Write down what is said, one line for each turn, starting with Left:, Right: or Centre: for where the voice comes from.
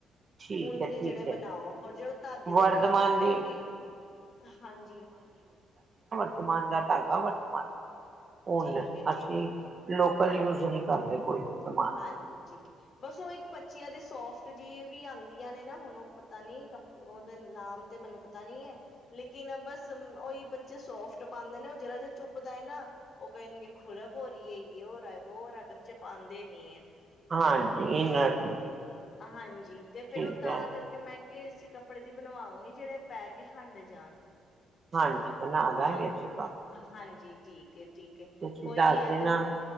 Right: ਠੀਕ
Left: ਉਣ
Right: ਹੈ,
Left: ਦੇ ਜਿਹੜੇ
Right: ਠੀਕ ਹੈ।
Left: ਬਨਾਓ, ਹੋਰ ਜਦੋਂ ਧਾਗੇ ਦੇ
Right: ਵਰਧਮਾਨ
Left: ਬਨਾਓ, ਉਹ
Right: ਦੀ
Left: ਵੀ ਹਾਂਜੀ।
Right: ਵਰਤਮਾਨ ਦਾ ਧਾਗਾ ਵਰਤਮਾਨ ਦੀ। ਉੱਨ
Left: ਠੀਕ ਹੈ ਠੀਕ
Right: ਅਸੀਂ
Left: ਹੈ
Right: ਲੋਕਲ
Left: ਹਾਂਜੀ
Right: ਯੂਜ ਨਹੀਂ ਕਰਦੇ। ਕੋਈ ਵੀ ਸਮਾਨ।
Left: ਹਾਂਜੀ ਠੀਕ ਹੈ, ਬਸ ਉਹ ਇੱਕ ਬੱਚਿਆਂ ਦੀ ਸੋਫਟ ਜੀ ਇਹ ਵੀ ਆਦੀਆਂ ਨੇ ਨਾ ਹੁਣ ਉਹ ਪਤਾ ਨਹੀਂ ਨਾਮ ਉਹਦਾ ਨਾਮ ਤੇ ਮੈਨੂੰ ਪਤਾ ਨਹੀਂ ਐ। ਲੇਕਿਨ ਬਸ ਉਹੀ ਬੱਚੇ ਸੋਫਟ ਪਾਂਦੇ ਨੇ ਉਹ ਜਰਾ ਜਾ ਝੁਬਦਾ ਏ ਨਾ, ਉਹ ਕਹਿਣਗੇ ਖੁਰਾ ਭੋਰੀ ਏ ਹੋਰ ਆ ਵੋਰ ਆ। <unintelligible> ਦੇਨੀ ਆ। ਕੱਪੜਾ,
Right: ਹਾਂਜੀ, ਇਨਰ
Left: ਹਾਂਜੀ ਤੇ
Right: ਠੀਕ
Left: ਫਿਰ ਉਹ ਤਾਂ
Right: ਹੈ।
Left: ਕਰਕੇ ਮੈਂ ਕਿ ਅਸੀਂ ਕੱਪੜੇ ਦੀ ਬਣਵਾਵਾਂਗੇ ਜਿਹੜੇ ਪੈ ਕੇ ਹੰਡ ਜਾਣ।
Right: ਹਾਂਜੀ ਬਣਾਦਾਂਗੇ
Left: ਹਾਂ
Right: ਅਸੀਂ ਤੁਹਾਨੂੰ।
Left: ਹਾਂਜੀ ਠੀਕ ਫਿਰ ਠੀਕ ਐ
Right: ਤੁਸੀਂ
Left: ਕੋਈ
Right: ਦੱਸ
Left: ਨੀ ਐ
Right: ਦੇਣਾ,
Left: ਤੇ ਮੈਂ